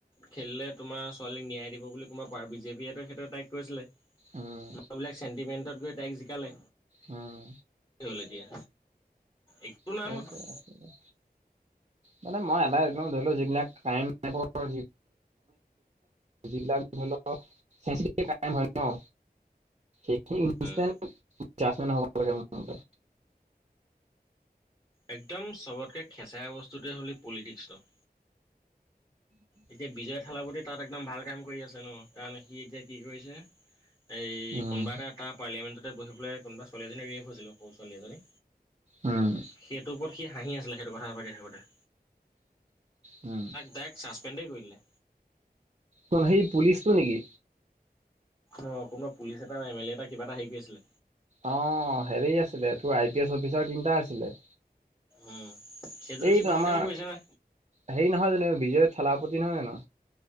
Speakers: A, on the left (about 25°); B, on the right (about 40°).
A: খেলিলে তোমাৰ ছোৱালীক ন্যায় দিব বুলি কোনোবা পাৰ বিজেপি এতায়ে সেই তাইক কৈছিলে।
B: উম
A: মানুহবিলাক চেন্টিমেন্টত গৈ তাইক জিকালে।
B: উম।
A: কি হল এতিয়া। একো নাই
B: সেইটোৱে।
A: হোৱা
B: মানে মই এটাই এক ধৰি লও যিবিলাক কাইম <unintelligible> যিবিলাক ধৰি ল চেনচিটিভ ক্ৰাইম হয় ন। সেইখিনি <unintelligible>
A: উম
B: হ'ব লাগে মোৰ মতে।
A: একদম চবতকে খেঁচেৰা বস্তুটোৱে হ'ল পলিটিক্সটো। এতিয়া বিজয় থালাপতি তাত একদম ভাল কাম কৰি আছে ন কাৰণ সি এতিয়া কি কৰিছে- এই
B: উম।
A: কোনোবা এটা তাৰ পাৰ্লিয়ামেণ্টতে বহি পেলাই কোনোবা ছোৱালীজনী ৰেপ হৈছিলো সৰু ছোৱালী এজনী,
B: উম,
A: সেইটোৰ ওপৰত সি হাঁহি আছিলে সেইটো কথা কৈ থাকোতে।
B: উম,
A: তাইক ছাছপেণ্ডেই কৰি দিলে।
B: ত'সেই পুলিচটো নেকি?
A: অ কোনোবা পুলিচ এটা এম এলে এটা কিবা এটা হেৰি কৰি আছিলে।
B: অ, হেৰি আছিলে তোৰ আই পি এছ অফিচাৰ তিনিটা আছিলে।
A: উম, সেইটোতো
B: এইটো
A: সি ভাল
B: আমাৰ
A: কাম কৰিছে না।
B: হেৰি নহয় জানো বিজয় থালাপতি নহয় জানো?